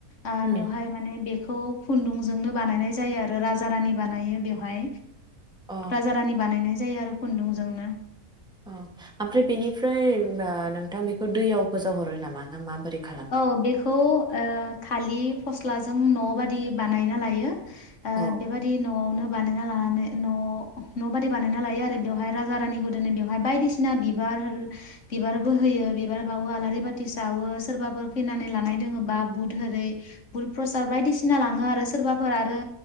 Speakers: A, on the left; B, in the centre.
A: आ
B: उम
A: बेवहाय माने बेख खौ खुन्दुंजोंनो बानायनाय जायो आरो राजा रानि बानायो बेवहाय
B: अ
A: राजा रानि बानायनाय जायो आरो खुन्दुंजोंनो
B: ओं आमफ्राय बेनिफ्राय आ नोंथां बेखौ दैयाव फोजावहरो नामा? ना माबोरै खालामो
A: औ बेखौ ओ खालि फस्लाजों न' बादि बानायना लायो ओ
B: औ
A: बेबादि न'आवनो बानायना लानानै न' न' बादि बानायनानै लायो आरो बेवहाय राजा रानि गोदनो बेहाय बायदिसिना बिबार बिबारबो होयो बिबार बावो आलारि बाथि सा हावो सोरबाफोर खैनानै लानाय दोङोबा बुध होरै बुध प्रसाद बायदिसिना लाङो आरो सोरबाफोर आरो